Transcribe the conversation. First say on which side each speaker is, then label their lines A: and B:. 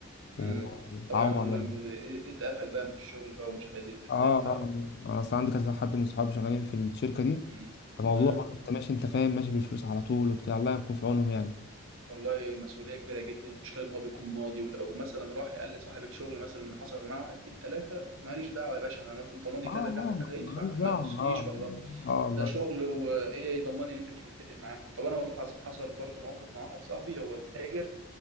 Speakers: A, on the right; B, on the left.
A: امم
B: و... وتعور
A: طبعا لما
B: يعني
A: اتقفل بقى من الشغل بقى ومش عايز ينزل
B: اه
A: تاني بقى
B: اه آه. اصل عندي كذا حد من صحابي شغالين في الشركه دي
A: امم
B: فموضوع
A: امم
B: برضه انت ماشي انت فاهم ماشي بالفلوس على طول وبتاع الله يكون في عونهم يعني
A: والله مسؤوليه كبيره جدا المشكله ان هو بيكون ماضي ولو مثلا راح قال لصاحب الشغل مثلا اللي حصل معاه اتنين تلاته ماليش دعوه يا باشا انا انت ماضي
B: اه
A: كذا كذا
B: اه
A: كذا ادفع
B: ملوش
A: ما
B: دعوة
A: يخصنيش
B: اه
A: والله
B: اه والله
A: ده شغل وايه يضمني ان انت مش متفق معاه طب انا والله العظيم حصل برضه موقف مع واحد صاحبي هو تاجر